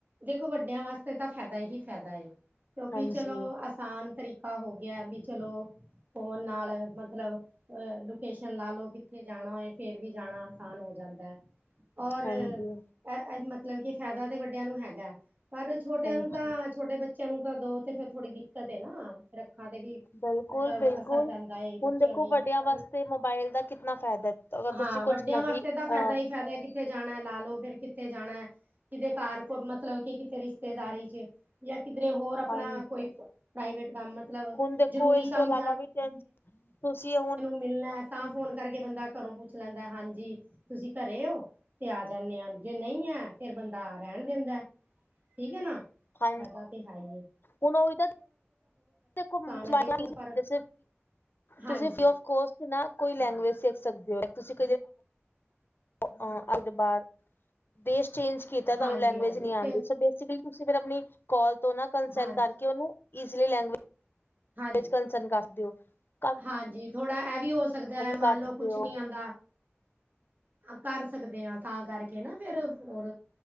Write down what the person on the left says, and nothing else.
ਹਾਂਜੀ
ਹਾਂਜੀ
ਹਾਂਜੀ
ਬਿਲਕੁਲ
ਬਿਲਕੁਲ
ਹੁਣ ਦੇਖੋ
ਵੱਡਿਆਂ
ਵਾਸਤੇ
ਮੋਬਾਇਲ ਦਾ ਕਿਤਨਾ ਫਾਇਦਾ ਹੈ। ਅਗਰ
ਤੁਸੀਂ ਕੁਛ
ਨਵੀਂ
ਅਹ
ਹਾਂਜੀ
ਹੁਣ ਦੇਖੋ
ਇਸ
ਤੋਂ ਇਲਾਵਾ ਵੀ ਤੁਸੀਂ ਹੁਣ
ਹਾਂਜੀ
ਹੁਣ ਉਹੀ ਤਾਂ, ਫ <unintelligible>
ਤੁਸੀਂ ਫ੍ਰੀ ਕੋਸਟ ਨਾ, ਕੋਈ ਲੈਂਗਵੇਜ
ਸਿੱਖ ਸਕਦੇ ਹੋ। ਤੁਸੀਂ ਹਾਂ ਅੱ ਬਾਹਰ ਦੇਸ਼ ਚੇਂਜ ਕੀਤਾ ਤੁਹਾਨੂੰ
ਲੈਂਗੁਏਜ
ਨਹੀਂ ਆਉਂਦੀ
ਸ <unintelligible> ਤੁਸੀਂ ਫੇਰ ਆਪਣੀ ਕਾਲ ਤੋਂ ਨਾ ਕੰਸਨ
ਕਰਕੇ ਉਹਨੂੰ ਈਜਲੀ ਲੈਗੂਅਜ। <unintelligible>
ਇਸ 'ਚ ਕਸਨ ਕੱਸ ਦਿਓ। <unintelligible>
ਕਰ
ਸਕਦੇ
ਹੋ